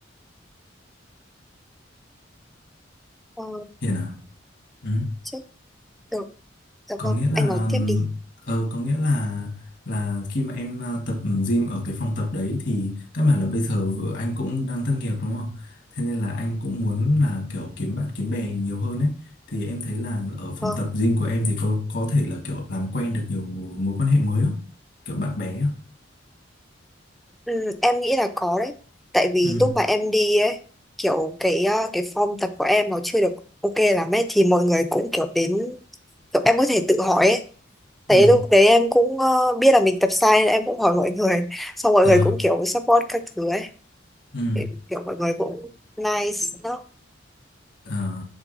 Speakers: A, in the centre; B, on the left.
A: Ờ,
B: Hiền à ừ.
A: chết được Dạ
B: có
A: vâng,
B: nghĩa là
A: anh nói
B: ừm,
A: tiếp đi.
B: ờ, có nghĩa là là khi mà em ờ, tập gym ở cái phòng tập đấy thì các bạn là bây giờ vừa- anh cũng đang thất nghiệp đúng không thế nên là anh cũng muốn là kiểu kiếm bạn kiếm bè nhiều hơn ấy thì em thấy là ở phòng
A: Vâng,
B: tập gym của em thì có có thể là kiểu làm quen được nhiều mối quan hệ mới không kiểu bạn bè á
A: ừ, em nghĩ là có đấy. Tại vì
B: ừ
A: lúc mà em đi ấy, kiểu cái ờ, cái form tập của em nó chưa được ok lắm ấy, thì mọi người cũng kiểu đến, kiểu em có thể tự hỏi ấy. Tại
B: ừ
A: lúc đấy em cũng ờ, biết là mình tập sai nên em cũng hỏi mọi người. <laughs> Xong mọi
B: ờ
A: người cũng kiểu support các thứ ấy.
B: ừ
A: Kiểu kiểu mọi người cũng nice đó.
B: À,